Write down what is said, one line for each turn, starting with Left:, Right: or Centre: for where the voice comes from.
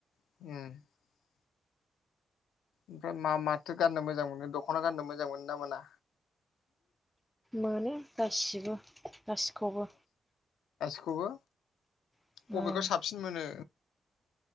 Left: <inaudible> ओमफ्राय मा माथो गाननो मोजां मोनो दख'ना गाननो मोजां मोनो ना मोना?
Centre: मोनो गासिबो गासिखौबो।
Left: बो
Centre: उम
Left: बबेखौ साबसिन मोनो?